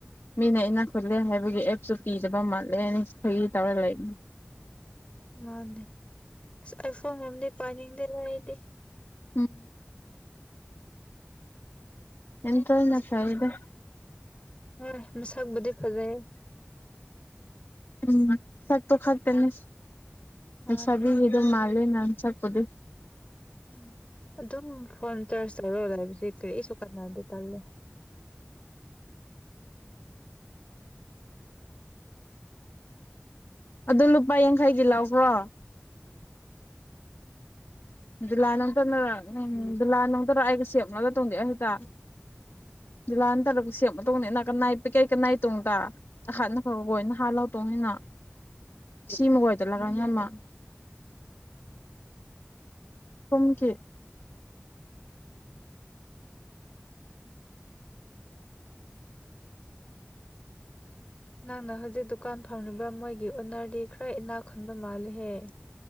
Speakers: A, on the left; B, on the left.
A: ꯃꯤꯅ ꯏꯅꯥ ꯈꯨꯠꯂꯦ ꯍꯥꯏꯕꯒꯤ ꯑꯦꯞꯁꯨ ꯄꯤꯗꯕ ꯃꯥꯜꯂꯦꯅꯈꯣꯏꯒꯤ ꯇꯧꯔ ꯂꯩꯅꯦ
B: ꯃꯥꯅꯦ ꯑꯁ ꯑꯩꯐꯣꯣꯝꯗꯤ ꯄꯥꯏꯅꯤꯡꯗꯦ ꯂꯗꯤ
A: ꯎꯝ ꯑꯦꯟꯗ꯭ꯔꯣꯏꯗꯅ
B: ꯃꯁꯗꯤ
A: ꯐꯩꯗ
B: ꯍꯣꯏ ꯃꯁꯛꯕꯨꯗꯤ ꯐꯖꯩ <inaudible>
A: ꯎꯝ ꯁꯠ ꯇꯥꯛꯇꯅꯦ
B: ꯃꯥꯅꯦ
A: ꯁꯕꯤ ꯏ ꯃꯥꯂ ꯅ ꯃꯁꯄꯗꯤ
B: ꯎꯝ ꯑꯗꯨꯝ ꯐꯣꯟ ꯆꯔ ꯇ ꯂꯧꯔꯣꯗ ꯍꯥꯏꯁꯦ ꯀꯔꯤ ꯑꯩꯁꯨ ꯀꯥꯟꯅꯔꯗꯤ ꯇꯜꯂꯦ
A: ꯑꯗꯨ ꯂꯨꯄꯥ ꯌꯥꯡꯈꯩꯗꯤ ꯂꯥꯛꯕ꯭ꯔꯣ ꯗꯤꯂꯥ ꯅꯇꯅꯔ ꯎꯝ ꯗꯨꯜꯂꯥ ꯅꯇꯔ ꯑꯩꯒ ꯁꯦꯞꯅꯕꯒ ꯇꯣꯡꯗꯑꯦ ꯍꯦꯇꯥ
B: <inaudible>
A: ꯖꯤꯜꯂꯥꯟ ꯇꯔꯛ ꯁꯦꯃ ꯃꯇꯨꯡꯧꯗꯅꯦꯅꯥ ꯀꯟꯅꯥꯏ ꯄꯩ ꯀꯩ ꯀꯩ ꯅꯥꯏ ꯇꯣꯡꯗ ꯅꯈꯥꯅ ꯐꯕꯈꯣ ꯅꯍꯥꯟ ꯂꯥꯎꯇꯣꯡꯅꯤꯅ
B: <inaudible>
A: ꯁꯤꯃꯒꯣꯏꯗꯂꯀꯥꯟ ꯌꯥꯝꯃ ꯇꯨꯝꯀꯤ
B: ꯅꯪꯅ ꯍꯧꯖꯤꯛ ꯗꯨꯀꯥꯟ ꯐꯪꯂꯤꯕ ꯃꯣꯏꯒꯤ ꯎꯅꯔꯗꯤ ꯈꯔ ꯏꯅꯥ ꯈꯨꯟꯕ ꯃꯥꯜꯂꯍꯦ